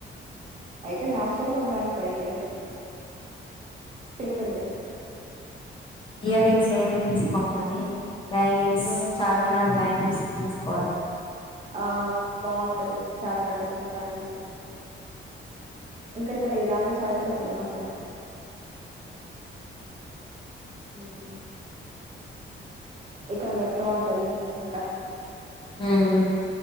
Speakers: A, on the right; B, on the left.
A: అయితే నాచురల్గా ఉండడానికి ట్రై చెయండి. సింపుల్లే
B: ఇయర్ రింగ్స్ ఏమి తీసుకోమ్ కానీ బ్యాంగిల్స్
A: ఉమ్,
B: చార్మినార్ బ్యాంగిల్స్ తీసుకోవాలి
A: ఆ బాగుంటది చార్మినార్ పక్కన బ్యాంగిల్స్. ఇంకా ఇక్కడ ఇరానీ ఛాయ్ కూడా ఫేమస్ అంట. ఊ హూ ఇక్కడ మెట్రో ఉంటది ఇంకా
B: హ్మ